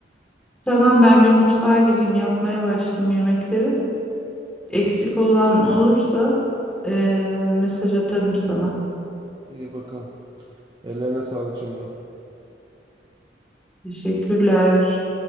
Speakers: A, in the centre; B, on the right.
A: Tamam ben bir mutfağa gireyim yapmaya başlayayım yemekleri. Eksik olan olursa eee, mesaj atarım sana.
B: İyi bakalım. Ellerine sağlık şimdi.
A: Teşekkürler.